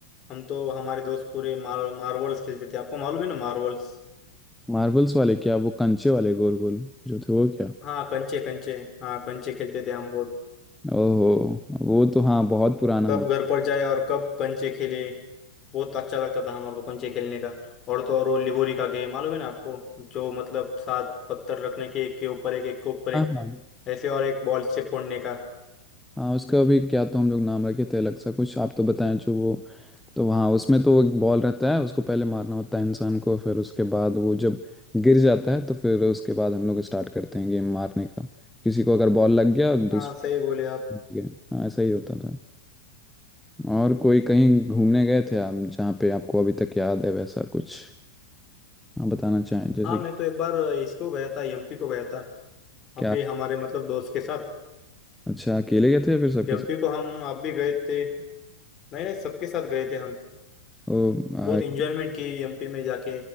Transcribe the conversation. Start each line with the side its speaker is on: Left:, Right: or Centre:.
Left: हम तो हमारे दोस्त पूरे मार, मार्वल्स खेलते थे आपको मालूम है ना मार्वल्स
Centre: मार्वल्स वाले क्या वो कंचे वाले गोल गोल जो थे वो क्या
Left: हाँ कंचे कंचे हाँ कंचे खेलते थे हम बहुत
Centre: ओहो वो तो हाँ बहुत पुराना
Left: कब
Centre: हो गया।
Left: घर पर जाए और कब कंचे खेले बहुत अच्छा लगता था हमारे को कंचे खेलने का और तो और वो लिगोरी का गेम मालूम है ना आपको जो मतलब सात पत्थर रखने के एक के ऊपर एक एक के ऊपर एक
Centre: हाँ हाँ
Left: ऐसे और एक बॉल से फोड़ने का
Centre: हाँ उसका अभी क्या तो हम लोग नाम रखे थे अलग सा कुछ आप तो बताएं जो वो तो हाँ उसमें तो एक बॉल रहता है उसको पहले मारना होता है इंसान को फिर उसके बाद वो जब गिर जाता है तो फिर उसके बाद हम लोग स्टार्ट करते हैं गेम मारने का किसी को अगर बॉल लग गया दूसरे
Left: हाँ सही बोले आप
Centre: को लग गया हाँ ऐसा ही होता था और कोई कहीं घूमने गए थे आप जहाँ पे आपको अभी तक याद है वैसा कुछ आप बताना चाहें जैसे
Left: हाँ मैं तो एक बार इसको गया था एमपी को गया था अब
Centre: क्या
Left: भी हमारे मतलब दोस्त के साथ
Centre: अच्छा अकेले गए थे या फिर सबके
Left: एमपी
Centre: साथ
Left: को हम आप भी गए थे नहीं नहीं सबके साथ गए थे हम
Centre: ओ
Left: बहुत
Centre: आई
Left: इंजॉयमेंट की एमपी में जाके